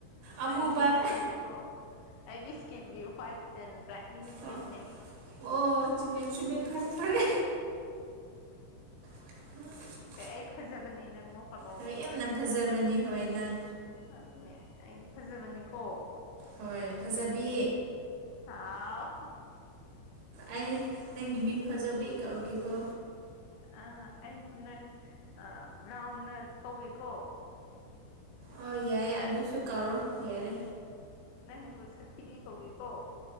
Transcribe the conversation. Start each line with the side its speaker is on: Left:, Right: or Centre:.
Right: ꯑꯃꯨꯕꯔꯥ
Left: ꯑꯩꯒꯤ ꯏꯁꯀꯤꯟꯗꯤꯀꯣ ꯑꯩꯒꯤ ꯏꯁꯀꯤꯟꯅꯤ ꯋꯥꯏꯠ ꯑꯦ ꯭ꯔꯥꯏꯅꯤꯡ ꯏꯁꯀꯤꯟꯅꯤ
Right: ꯑꯣ ꯑꯣ ꯆꯨꯝꯃꯦꯠ ꯆꯨꯝꯃꯦ ꯐꯔꯦ ꯐꯔꯦ ꯑꯝ
Left: ꯑꯩ ꯐꯖꯕꯅꯤ ꯅꯪ ꯅꯣꯛꯀꯅꯣ
Right: ꯍꯣꯏ ꯌꯥꯝꯅ ꯐꯖꯕꯅꯤ ꯍꯣꯏ ꯅꯪ
Left: ꯑꯗꯨꯅꯦ ꯑꯩꯗꯤ ꯐꯖꯕꯅꯦꯀꯣ
Right: ꯍꯣꯏ ꯐꯖꯕꯤ
Left: ꯑꯩꯗꯤ ꯑꯥꯎ
Right: ꯑꯩ ꯅꯪꯒꯤ ꯃꯤꯡ ꯐꯖꯕꯤ ꯀꯛꯎꯒꯦꯀꯣ
Left: ꯑ ꯑꯩꯁꯦ ꯅꯪ ꯕ꯭ꯔꯥꯎꯟꯅ ꯀꯧꯒꯦꯀꯣ
Right: ꯑꯣ ꯌꯥꯏꯌꯦ ꯑꯗꯨꯁꯨ ꯀꯥꯎꯔꯣ ꯌꯥꯔꯦ꯫
Left: ꯅꯪꯕꯨ ꯁꯛꯊꯤꯕꯤ ꯀꯧꯒꯦꯀꯣ꯫